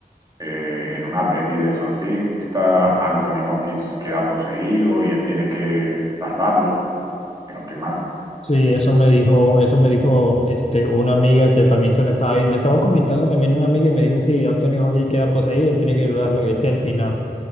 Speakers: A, on the right; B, on the left.
A: eh, en un aprendiz de exorcista, Anthony Hopkins queda poseído y él tiene que salvarlo, si no estoy mal.
B: Sí, eso me dijo, eso me dijo este, una amiga que también se le estaba, le estaba comentando también una amiga y me dijo, sí, Anthony Hopkins queda poseído, tiene que dudarlo, ese es el final.